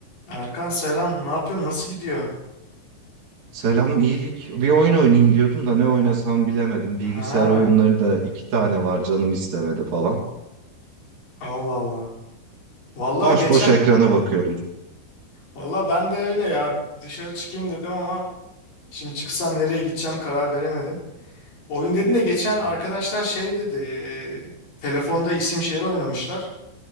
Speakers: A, on the left (about 45°); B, on the right (about 45°).
A: Erkan selam. Ne yapıyorsun? Nasıl gidiyor?
B: Selam, iyilik. Bir oyun oynayayım diyordum da ne oynasam bilemedim.
A: Ha,
B: Bilgisayar oyunları da iki tane var canım istemedi falan.
A: Allah Allah. Vallahi
B: Boş
A: geçen,
B: boş ekrana bakıyordum.
A: vallahi ben de öyle ya. Dışarı çıkayım dedim ama şimdi çıksam nereye gideceğim karar veremedim. Oyun dedin de geçen
B: Hı,
A: arkadaşlar şey dedi. e, telefonda isim şehri oynamışlar.